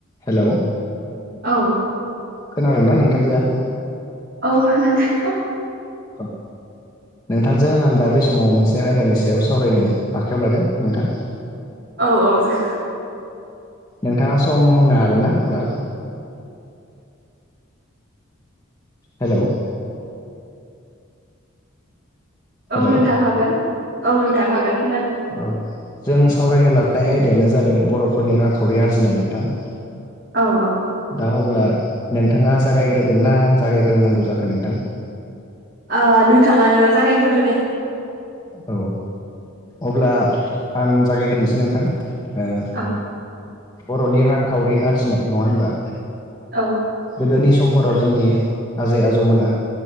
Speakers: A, on the left (about 20°); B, on the right (about 55°).
A: Hello
B: औ
A: खोनादोंना नोंथांजोआ
B: औ खोनादों
A: औ नोंथांजों आं दा बे समाव मोनसे आयदानि सायाव सावरायनो आखायाव लादों नोंथां
B: औ औ जा
A: नोंथाङा सम होनो हागोन ना अब्ला हेलौ
B: औ
A: हेलौ
B: नोंथां हागोन औ नोंथां हागोन खोनादों
A: औ जों सावरायनो लानाय आयदायानो जादों बर'फोरनि रांखावरि आरजिनाय नोंथां
B: औ औ
A: दा अब्ला नोंथाङा जागायग्रोगोन ना आं जागायग्रोनांगौ जाखो नोंथां
B: ओ नोंथाङानो जागायग्रोदो दे
A: औ अब्ला आं जागायग्रोसै नोंथां ओ
B: औ
A: बर'नि रांखावरि आरजिनाय नङा होनबा
B: औ
A: गोदोनि समफोराव जोंनि आजै आजौमोना